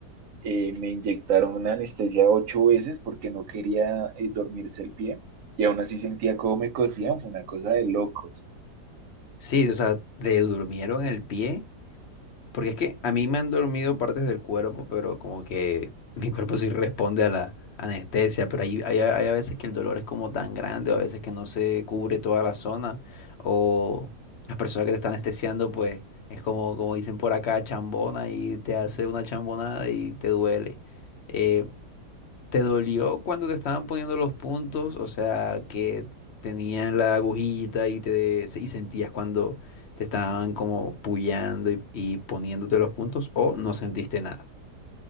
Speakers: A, on the right; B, on the left.
A: Eh, me inyectaron una anestesia ocho veces porque no quería eh, dormirse el pie y aún así sentía cómo me cosían, fue una cosa de locos.
B: Sí, o sea, te durmieron el pie Porque es que a mí me han dormido partes del cuerpo, pero como que <laughs> mi cuerpo sí responde a la anestesia, pero hay, hay, hay a veces que el dolor es como tan grande, o a veces que no se cubre toda la zona, o las personas que te están anestesiando, pues es como, como dicen por acá, chambona y te hace una chambonada y te duele. Eh, ¿Te dolió cuando te estaban poniendo los puntos? O sea, que tenían la agujita y te y sentías cuando te estaban como puyando y, y poniéndote los puntos, o no sentiste nada.